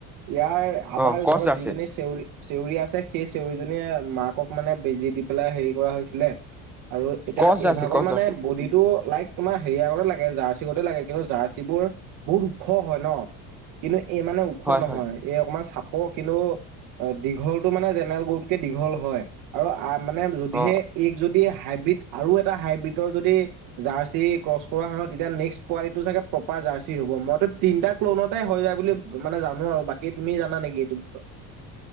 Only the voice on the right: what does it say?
ইয়াৰ আমাৰ
ঘৰত
যিজনী চেউৰি চেউৰি আছে সেই চেউৰিজনীয়ে মাকক মানে বেজি দি পেলাই হেৰি কৰা হৈছিলে আৰু এতিয়া
এইভাগ
মানে
<unintelligible> লাইক তোমাৰ হেৰিয়া গতে লাগে জাৰ্চিগতে লাগে কিন্তু জাৰ্চিবোৰ বহুত ওখ হয় ন কিন্তু এই মানে ও খ
নহয়
এই অকমান চাপ কিন্তু দীঘলটো মানে জেনেল গৰুতকে দীঘল হয়। আৰু আ মানে যদিহে
এইক যদি হাইব্ৰীড আৰু এটা হাইব্ৰীডৰ যদি জাৰ্চি ক্ৰছ কৰা হ'ব তেতিয়া নেক্স পোৱালিটো চাগে প্ৰপাৰ জাৰ্চি হ'ব মইতো তিনিটা ক্লোনতে হৈ যায় বুলি মানে জানো আৰু বাকী তুমি জানা নেকি এইটো বিষয়ে